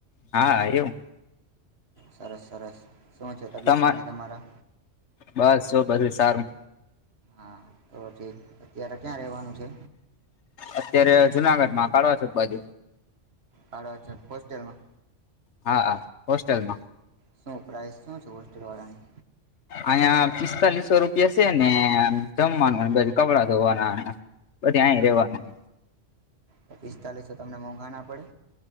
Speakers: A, on the left; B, on the right.
A: હા એવું.
B: સરસ-સરસ. શું છે તબિયત
A: તમા
B: પાણી તમારા?
A: બસ જો બધું સારું
B: હા, તો ઠીક. અત્યારે ક્યાં રહેવાનું છે?
A: અત્યારે જુનાગઢ માં કાડવા ચોક બાજુ.
B: કાડવા ચોક હોસ્ટલમાં?
A: હા, હા હોસ્ટેલમાં.
B: શું પ્રાઈઝ શું છે હોસ્ટેલવાળાની?
A: અહીંયા પિસ્તાલીસો રૂપિયા સે ને આમ જમવાનું ને બધું કપડાં ધોવાના ને પછી અહીયાં
B: હમ
A: રહેવાનું.
B: તો પિસ્તાલીસો તમને મોંઘા ના પડે?